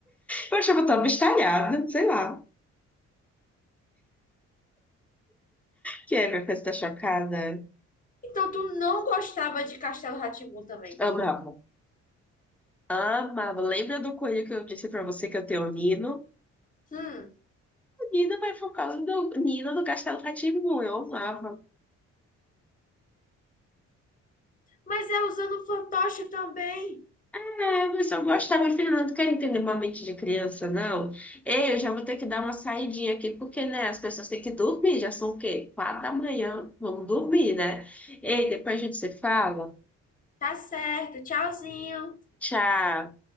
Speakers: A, in the centre; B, on the left (about 25°).
A: Eu achava tão abestalhada, sei lá. Que é, minha coisa tá chocada.
B: Então tu não gostava de Castelo rá também.
A: Amava. Amava. Lembra do coelho que eu disse pra você que eu tenho lido?
B: Hum,
A: Nina vai por causa do Nina do Castelo rá eu amava.
B: mas é usando fantoche também.
A: É, mas eu gostava, filho, não quero entender uma mente de criança, não. Ei, eu já vou ter que dar uma saidinha aqui, porque, né, as pessoas têm que dormir, já são o quê? Quatro da manhã, vamos dormir, né? Ei, depois a gente se fala.
B: Tá certo, tchauzinho.
A: Tchau.